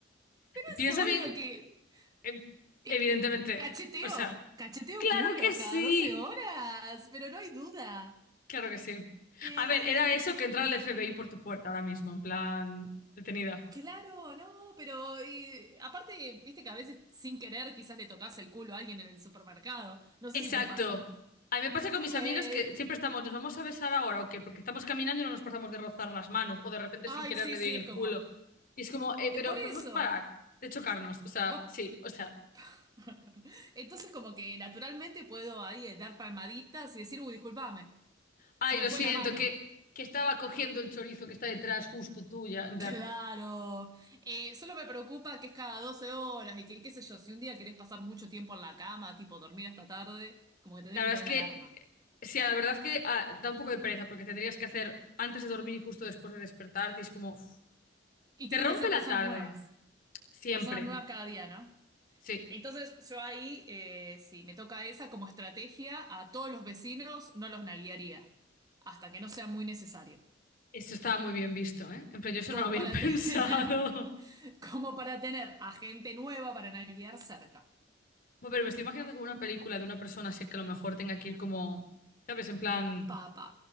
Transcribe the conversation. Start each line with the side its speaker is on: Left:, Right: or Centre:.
Right: Pero
Left: Piensa
Right: es obvio
Left: bien,
Right: que...
Left: eh,
Right: eh,
Left: evidentemente.
Right: eh, cacheteo,
Left: O sea,
Right: cacheteo
Left: claro
Right: culos
Left: que sí.
Right: cada 12 horas, pero no hay duda.
Left: Claro que sí.
Right: Eh,
Left: A ver, era eso que entra el FBI por tu puerta ahora mismo, en plan detenida.
Right: claro, no, pero eh, aparte, viste que a veces sin querer quizás le tocas el culo a alguien en el supermercado. No sé
Left: Exacto.
Right: si te pasa.
Left: A mí me pasa con mis amigas
Right: Eh,
Left: que siempre estamos, ¿nos vamos a besar ahora o qué? Porque estamos caminando y no nos pasamos de rozar las manos o de repente
Right: ay,
Left: sin querer
Right: sí,
Left: le doy
Right: sí,
Left: en el
Right: es como.
Left: culo. Y es como, eh, pero
Right: eh, por
Left: podemos
Right: eso.
Left: parar de chocarnos. O sea,
Right: Vos-
Left: sí, o sea,
Right: <laughs> Entonces, como que naturalmente puedo ahí eh, dar palmaditas y decir, uy, discúlpame,
Left: Ay,
Right: se me
Left: lo
Right: fue
Left: siento,
Right: la mano.
Left: que,
Right: <laughs>
Left: que estaba cogiendo el chorizo que está detrás justo tuya. En plan,
Right: Claro. Eh, solo me preocupa que es cada 12 horas y que, qué sé yo, si un día querés pasar mucho tiempo en la cama, tipo dormir hasta tarde, como que tenés
Left: la verdad
Right: que poner
Left: es que,
Right: una alarma.
Left: sí, la verdad es que ah, da un poco de pereza porque tendrías que hacer antes de dormir y justo después de despertarte y es como, uf,
Right: Y
Left: te
Right: tienen
Left: rompe
Right: que ser
Left: la
Right: personas
Left: tarde,
Right: nuevas.
Left: siempre.
Right: Personas nuevas cada día, ¿no?
Left: Sí,
Right: Entonces yo ahí, eh, si me toca esa como estrategia, a todos los vecinos no los nalguearía, hasta que no sea muy necesario.
Left: esto estaba muy bien visto, ¿eh? En plan, yo eso
Right: Como
Left: no lo había
Right: para
Left: <laughs> pensado.
Right: <laughs> tener, como para tener a gente nueva para nalguear cerca.
Left: Bueno, pero me estoy imaginando como una película de una persona así que a lo mejor tenga que ir como, ¿sabes? En plan...
Right: Papá,